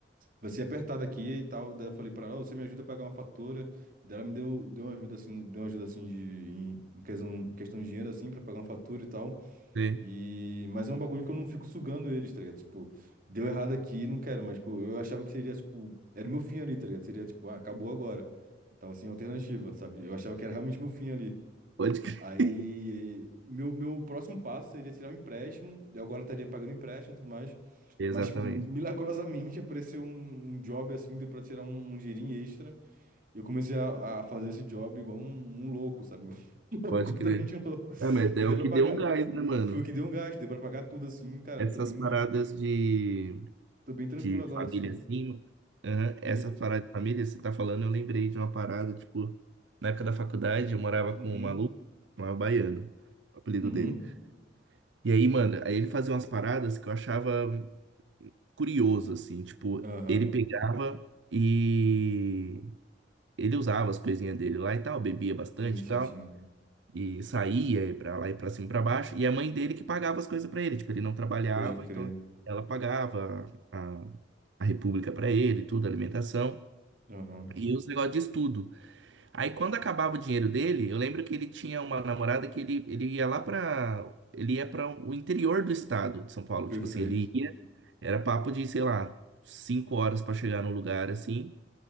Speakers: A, on the right; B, on the right.
A: vai ser apertado aqui e tal. Daí eu falei pra ela, ô, você me ajuda a pagar uma fatura. Daí ela me deu, deu uma ajuda assim, deu uma ajuda assim de, em, em questão, em questão de dinheiro assim, pra pagar uma fatura e tal.
B: sei.
A: E... Mas é um bagulho que eu não fico sugando eles, tá ligado? Tipo, deu errado aqui, não quero, mas, tipo, eu achava que seria, tipo, era o meu fim ali, tá ligado? Seria, tipo, ah, acabou agora. Tava sem alternativa, sabe? Eu achava que era realmente meu fim ali.
B: Pode crer.
A: Aí, meu, meu próximo passo seria tirar um empréstimo, eu agora estaria pagando empréstimo e tudo mais.
B: Exatamente.
A: Mas, tipo, milagrosamente <laughs> apareceu um, um job assim, deu pra tirar um, um dinheirinho extra. E eu comecei a, a fazer esse job igual um, um louco, sabe? <laughs> Um louco,
B: Pode
A: completamente
B: crer.
A: louco.
B: É, mas é
A: E deu
B: o
A: pra
B: que
A: pagar.
B: deu um gás,
A: E
B: né, mano?
A: foi o que deu um gasto, deu pra pagar tudo assim, cara.
B: Essas
A: Tô bem,
B: paradas de
A: tô bem tranquilo
B: de
A: agora
B: família
A: assim.
B: assim. aham, Essa
A: E-
B: parada de família, você tá falando, eu lembrei de uma parada, tipo, na época da faculdade eu morava
A: Uhum,
B: com um maluco, chamava Baiano, o apelido
A: uhum,
B: dele. E aí, mano, aí ele fazia umas paradas que eu achava curioso, assim, tipo,
A: aham.
B: ele pegava e ele usava as coisinhas dele lá e tal, bebia bastante
A: Sim, sim,
B: e tal.
A: sim.
B: E saía e pra lá e pra cima e pra baixo. E a mãe dele que pagava as coisas pra ele. Tipo, ele não trabalhava,
A: Pode crer.
B: então ela pagava a, a república pra ele, tudo, alimentação.
A: Aham.
B: E os negócios de estudo. Aí quando acabava o dinheiro dele, eu lembro que ele tinha uma namorada que ele, ele ia lá pra. Ele ia para o interior do estado de São Paulo.
A: Perfeito.
B: Tipo assim, ele ia. Era papo de, sei lá, cinco horas pra chegar no lugar assim.